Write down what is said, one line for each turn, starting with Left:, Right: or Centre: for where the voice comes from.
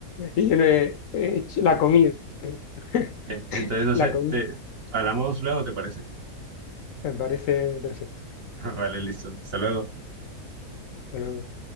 Left: y yo no he, he hecho la comida, <laughs>
Right: entonces no
Left: la
Right: sé,
Left: comida.
Right: te, hablamos luego, ¿te parece?
Left: Me parece perfecto.
Right: <laughs> Vale, listo. Hasta luego.
Left: Hasta luego.